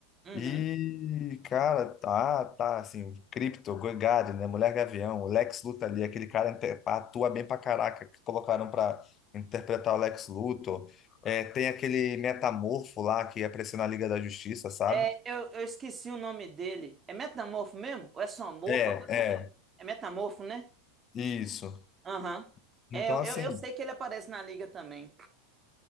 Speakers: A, on the right; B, on the left.
A: Uhum.
B: E, cara, tá, tá, assim, Crypto, Gogari, né, Mulher Gavião, o Lex Luthor ali, aquele cara inter- atua bem pra caraca, que colocaram pra interpretar o Lex Luthor. É, tem aquele Metamorfo lá, que apareceu na Liga da Justiça, sabe?
A: É, eu, eu esqueci o nome dele. É Metamorfo mesmo? Ou é Somorfo?
B: É,
A: Agora
B: é,
A: eu não lembro. É Metamorfo, né?
B: isso.
A: Aham. É,
B: Então,
A: eu,
B: assim,
A: eu eu sei que ele aparece na liga também.